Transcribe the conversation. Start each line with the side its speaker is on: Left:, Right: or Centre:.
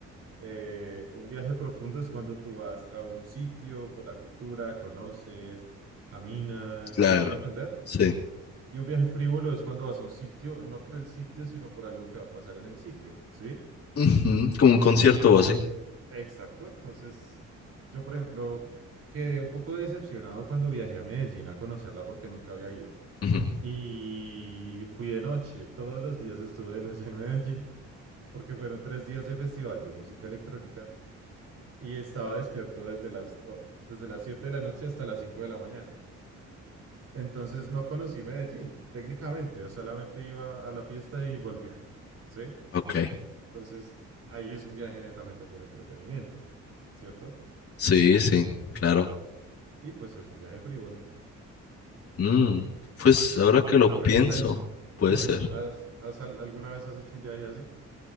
Right: Eh, un viaje profundo es cuando tú vas a un sitio por la cultura, conoces, caminas,
Left: claro.
Right: ¿sí me hago entender?
Left: Sí.
Right: Y un viaje frívolo es cuando vas a un sitio, no por el sitio, sino por algo que va a pasar en el sitio, ¿sí?
Left: Ujú, Como un concierto
Right: En-
Left: o así.
Right: exacto, entonces yo, por ejemplo, quedé un poco decepcionado cuando viajé a Medellín a conocerla porque nunca había ido.
Left: Ujú.
Right: Y fui de noche, todos los días estuve de noche en Medellín porque fueron tres días de festival de música electrónica y estaba despierto desde las, o- desde las 7 de la noche hasta las 5 de la mañana. Entonces no conocí Medellín, técnicamente, yo solamente iba a la fiesta y volvía, ¿sí?
Left: Ok,
Right: Entonces ahí es un viaje netamente por entretenimiento, ¿cierto?
Left: sí, sí, claro.
Right: Y pues es un viaje frívolo.
Left: Mm, pues ahora
Right: Ent-
Left: que lo
Right: La
Left: pienso,
Right: pregunta es,
Left: puede
Right: eso,
Left: ser.
Right: ¿has, has al- alguna vez has hecho un viaje así?